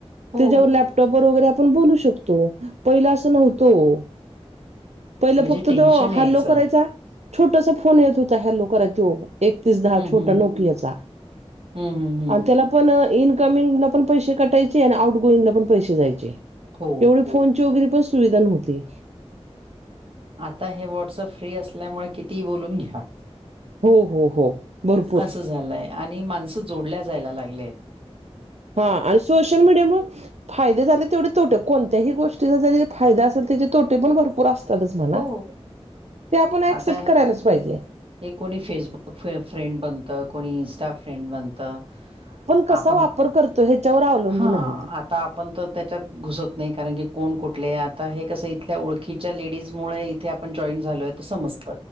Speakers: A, on the right (about 55°); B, on the right (about 85°).
A: हो.
B: त्याच्यावर लॅपटॉपवर वगैरे आपण बोलू शकतो. पहिला अस नव्हत हो. पहिलं
A: म्हणजे
B: फक्त
A: टेन्शन
B: तो
A: यायचं.
B: हॅल्लो करायचा, छोटासा फोन येत होता हॅल्लो कराय तो‌. एकतीस दहा
A: हं,
B: छोटा
A: हं.
B: नोकियाचा.
A: हं, हं, हं.
B: आणि त्याला पण इनकमिंगल पण पैसें कटायचे. आणि आउट गोइंगला पण पैसे जायचे.
A: हो.
B: फोनची वगैरे पण सुविधा नव्हती.
A: आता हे व्हॉट्सअप फ्री असल्यामुळे कितीही बोलून घ्या.
B: हो हो हो भरपूर
A: अस झालय. आणि माणस जोडल्या जायला लागलेयत.
B: हा आणि सोशल मीडिया मुळ फाये झाले तेवढे तोटे. कोणत्याही गोष्टीचा झाले फायदा असेल त्याचे तोटे पण भरपूर आस सगळच म्हणा.
A: हो.
B: ते आपण ॲक्सेप्ट
A: आता
B: करायलाच पाहिजे.
A: हे कोणी फेसबुक फे फ्रेंड बनत. कोणी इंस्टा फ्रेंड बनत. त
B: कसा
A: आपण
B: वापर करतो ह्याच्यावर अवलंबून
A: हा
B: आहे ते
A: आता आपण तर त्याच्यात घुसत नाही. कारण की कोण कुठले, आता हे कस आहे इथल्या ओळखीच्या लेडीज मुळे इथे आपण जॉईट झालोय तर समजत‌